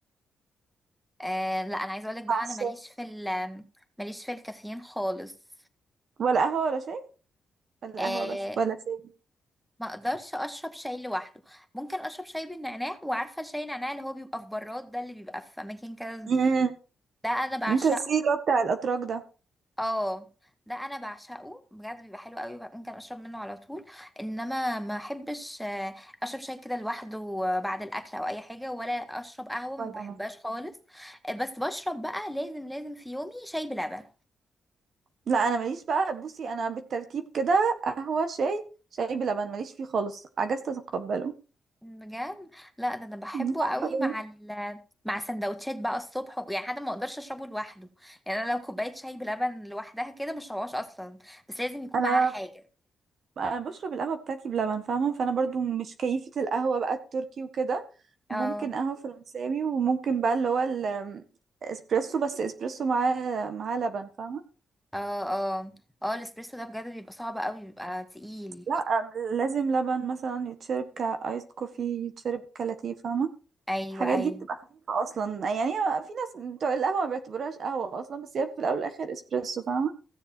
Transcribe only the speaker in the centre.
آه لا أنا عايزة أقولك بقى
أنا ماليش في ال ماليش في الكافيين خالص
آه
ما أقدرش أشرب شاي لوحده ممكن أشرب شاي بالنعناع وعارفة شاي النعناع اللي هو بيبقى في براد ده اللي بيبقى في أماكن كده
ده أنا بعشقه
اه ده انا بعشقه بجد بيبقى حلو قوي بقى ممكن اشرب منه على طول انما ما احبش آه، اشرب شاي كده لوحده بعد الاكل او اي حاجه ولا اشرب قهوه ما
بحبهاش
خالص آه، بس بشرب بقى لازم لازم في يومي شاي بلبن
بجد لا ده انا بحبه
قوي مع
ال مع سندوتشات بقى الصبح يعني حتى ما اقدرش اشربه لوحده يعني انا لو كوبايه شاي بلبن لوحدها كده مش هشربهاش اصلا بس لازم يكون
معاها حاجه
اه
اه اه اه الاسبريسو ده بجد بيبقى صعب قوي بيبقى تقيل
ايوه
ايوه